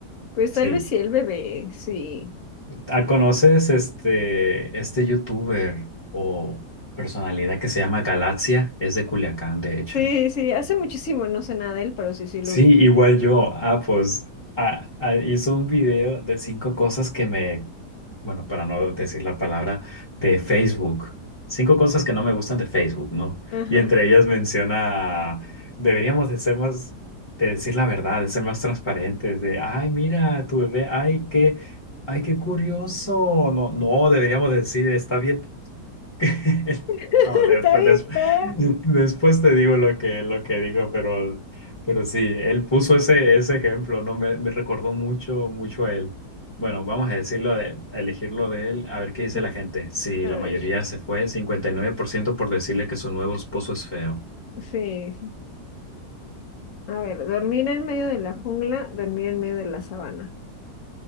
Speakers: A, on the left; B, on the left.
A: Pues
B: Sí.
A: tal vez sí el bebé, sí.
B: ¿Ah, ¿Conoces este, este youtuber o personalidad que se llama Galaxia? Es de Culiacán, de hecho.
A: Sí, sí, hace muchísimo no sé nada de él, pero sí, sí
B: Sí,
A: lo ubico.
B: igual yo. Ah, pues ah, ah, hizo un video de cinco cosas que me, bueno, para no decir la palabra, de Facebook. Cinco cosas que no me gustan de Facebook, ¿no?
A: Ajá.
B: Y entre ellas menciona, deberíamos de ser más, de decir la verdad, de ser más transparentes, de, ay, mira, tu bebé, ay, qué, ay, qué curioso. No, no, deberíamos decir, está bien. <laughs>
A: <laughs>
B: No, después,
A: Está bien
B: des-
A: feo.
B: <laughs> después te digo lo que, lo que dijo, pero, pero sí, él puso ese, ese ejemplo, ¿no? Me, me recordó mucho, mucho a él. Bueno, vamos a decirlo de, a elegirlo de él, a
A: <laughs>
B: ver qué dice
A: Es-
B: la gente. Sí,
A: a
B: la
A: ver,
B: mayoría se fue, 59% por decirle que su nuevo esposo es feo.
A: sí. A ver, dormir en medio de la jungla, dormir en medio de la sabana.